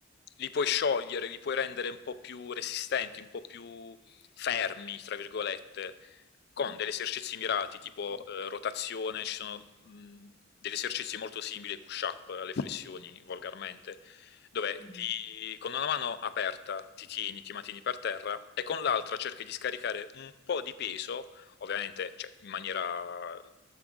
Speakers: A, on the left; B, on the left.
A: li puoi sciogliere, li puoi rendere un po' più resistenti, un po' più fermi, tra virgolette,
B: sì.
A: con degli esercizi mirati, tipo
B: Mh.
A: eh, rotazione, ci sono mh, degli esercizi molto simili ai push-up, alle flessioni, volgarmente, dove
B: Mh-mh.
A: ti- con una mano aperta ti tieni, ti mantieni per terra e con l'altra cerchi di scaricare un po' di peso, ovviamente cioè, in maniera eh,